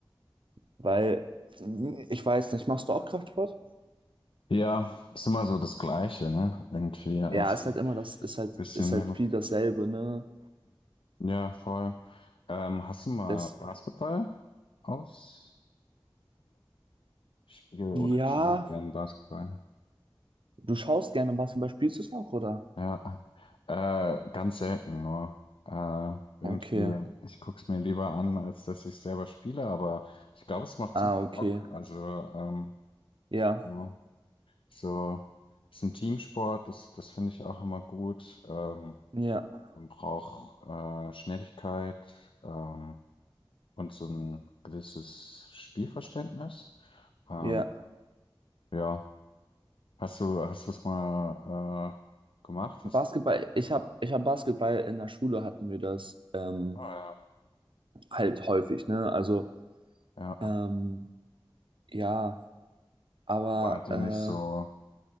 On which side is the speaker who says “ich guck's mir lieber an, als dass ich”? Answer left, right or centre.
Left